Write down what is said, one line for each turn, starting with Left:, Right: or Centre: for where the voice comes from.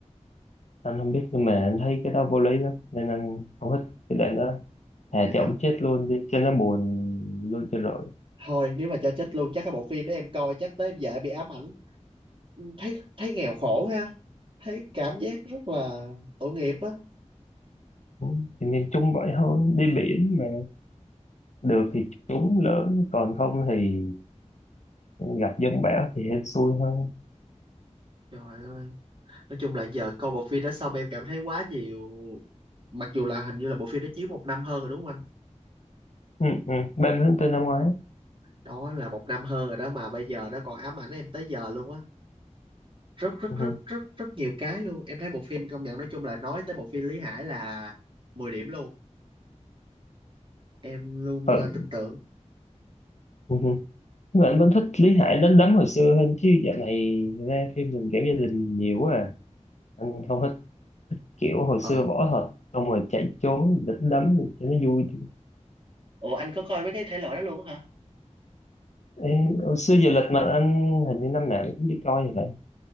Left: anh không biết nhưng mà anh thấy cái đó vô lý lắm nên anh không thích cái đoạn đó thà
Right: Vậy
Left: cho
Right: hả
Left: ông chết luôn đi cho nó buồn luôn cho rồi
Right: thôi nếu mà cho chết luôn chắc cái bộ phim đó em coi chắc tới em vợ bị ám ảnh thấy thấy nghèo khổ ha thấy cảm giác rất là tội nghiệp á
Left: ừ. thì nên chung vậy thôi đi biển mà được thì chúng lớn còn không thì gặp giông bão thì hết xui hơn
Right: trời ơi nói chung là giờ coi bộ phim đó xong em cảm thấy quá nhiều mặc dù là hình như là bộ phim đó chiếu một năm hơn rồi đúng không anh
Left: ừ, ừ. 30 tháng 4 năm ngoái
Right: đó là một năm hơn rồi đó mà bây giờ nó còn ám ảnh em tới giờ luôn á rất rất
Left: ừ.
Right: rất rất rất nhiều cái luôn em thấy bộ phim công nhận nói chung là nói tới bộ phim Lý Hải là mười điểm luôn em luôn
Left: ừ.
Right: ờ, tin tưởng
Left: ừ. mà anh
Right: Ừ.
Left: vẫn thích Lý Hải đánh đấm hồi xưa hơn chứ dạo này ra phim tình cảm gia đình nhiều quá à anh không kiểu hồi xưa
Right: ờ
Left: võ thuật xong rồi chạy trốn đánh đấm cho nó vui
Right: Ủa anh có coi mấy cái thể loại đó luôn á hả?
Left: Ê, hồi xưa giờ lịch mà anh hình như năm nào anh cũng đi coi như vậy